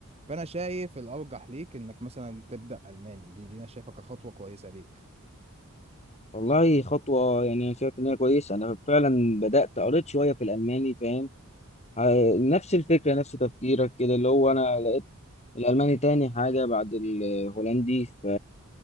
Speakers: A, on the right; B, on the left.
A: فأنا شايف الأرجح ليك إنك مثلا تبدأ ألماني دي دي أنا شايفها كخطوة كويسة ليك
B: والله خطوة يعني أنا شايف إن هي كويسة أنا فعلا بدأت قريت شوية في الألماني فاهم ع- نفس الفكرة نفس تفكيرك كده اللي هو أنا لقيت الألماني تاني حاجة بعد الهولندي ف